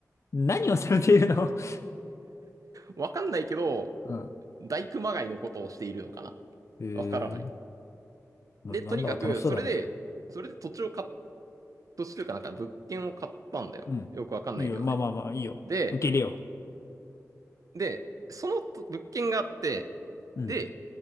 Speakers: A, on the left (about 50°); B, on the right (about 65°).
A: 何をされているの <laughs>
B: わかんないけど、
A: うん。
B: 大熊谷のことをしているのかな
A: えー、
B: わからない。
A: な、
B: で、
A: なんだか楽しそうだね。
B: とにかく、それで、それで土地を買っ、土地というかなんか物件を買ったんだよ。
A: うん。
B: よくわかんないけどね。
A: いいよ。まあまあまあ、いいよ。
B: で、
A: 受け入れよ
B: で、そのと物件があって、
A: う。うん。
B: で、